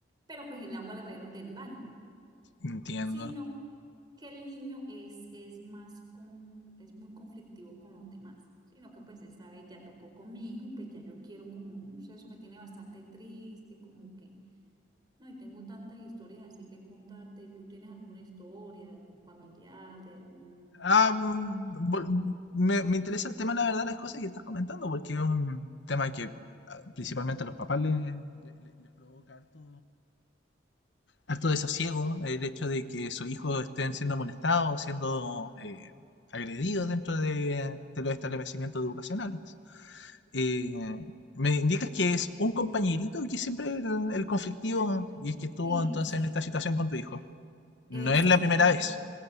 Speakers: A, on the right; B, on the left.
A: pero pues el agua la trajeron del baño,
B: Entiendo.
A: sino que el niño es, es más con, es muy conflictivo con los demás, sino que pues esta vez ya tocó con mi hijo y pues ya yo quiero como, no sé, eso me tiene bastante triste, como que no, y tengo tantas historias así que contarte. ¿Y tú tienes alguna historia de algún familiar, de algún...
B: Ah, mm, vol- me, me interesa el tema, la verdad, las cosas que estás comentando, porque es un tema que ah, principalmente a los papás les, le- le- les provoca harto, harto desasiego, el hecho de que sus hijos estén siendo molestados, siendo eh, agredidos dentro de, de los establecimientos educacionales. Eh, me indicas que es un compañerito que siempre el, el conflictivo y es que estuvo
A: Sí,
B: entonces
A: sí,
B: en esta situación con tu hijo. No
A: exactamente.
B: es la primera vez.